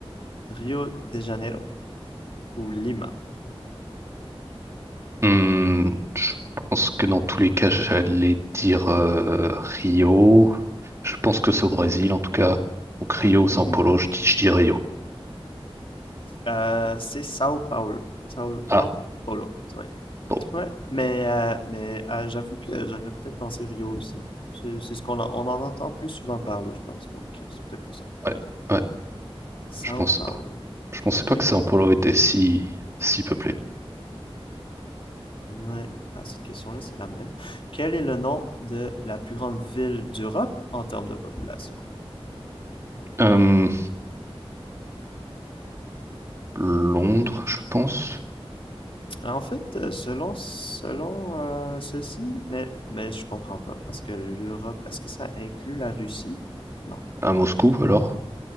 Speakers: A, on the left; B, on the right.
A: Rio de Janeiro ou Lima.
B: Hmm, je pense que dans tous les cas, j'allais dire euh, Rio. Je pense que c'est au Brésil, en tout cas. Donc Rio, São
A: Mhm.
B: Paulo, je dis, je dis Rio.
A: Euh, c'est Sao Paulo. Sao,
B: Ah,
A: Sao Paulo, c'est vrai.
B: bon,
A: Ouais, mais, euh, mais euh, j'avoue que j'aurais peut-être pensé Rio aussi. C'est c'est ce qu'on en, on en entend plus souvent parler, je pense, donc euh, c'est peut-être pour ça.
B: ouais, ouais,
A: Sao
B: je pensais
A: Paulo,
B: pas. Je pensais
A: ça
B: pas
A: doit
B: que
A: être
B: São
A: gros.
B: Paulo était si, si peuplé.
A: Ouais. Ah, cette question-là, c'est la même. Quel est le nom de la plus grande ville d'Europe en termes de population?
B: Euh, Londres, je pense.
A: En fait, euh, selon selon euh, ceci, mais mais je comprends pas parce que l'Europe, est-ce que ça inclut la Russie? Non.
B: À Moscou, alors.